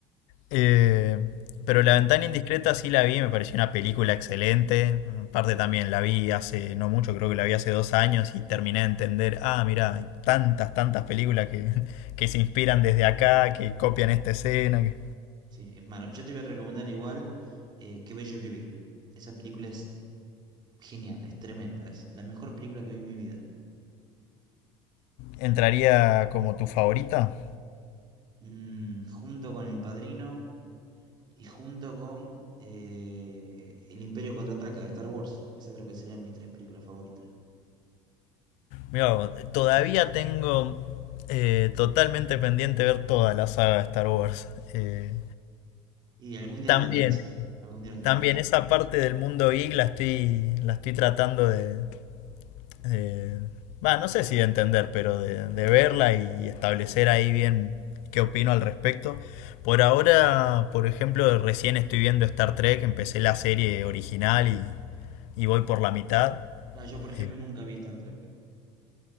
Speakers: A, on the left; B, on the right.
A: Eh, pero La
B: Pe-
A: Ventana Indiscreta sí la vi, me pareció una película excelente. Aparte también la vi hace no mucho, creo que la vi hace dos años y terminé de entender, ah, mira, hay tantas, tantas películas que, que se inspiran desde acá, que copian esta escena. que-
B: Sí, es malo. Yo te voy a recomendar igual eh, Qué bello es vivir. Esa película es genial, es tremenda, es la mejor película que vi en mi vida.
A: ¿Entraría como tu favorita?
B: Mm, junto con El Padrino y junto con eh, El Imperio Contraataca de Star Wars. Esa creo que serían mis tres películas favoritas.
A: Mira, todavía tengo eh, totalmente pendiente ver toda la saga de Star Wars. Eh,
B: Y algún día
A: también,
B: lo tenés que hacer, algún día lo tenés
A: también
B: que hacer.
A: esa parte del mundo geek la estoy, la estoy tratando de, eh, va, no sé si de entender, pero de, de verla y establecer ahí bien qué opino al respecto. Por ahora, por ejemplo, recién estoy viendo Star Trek, empecé la serie original y, y voy por la mitad.
B: Ah, yo, por ejemplo,
A: Eh,
B: nunca vi Star Trek.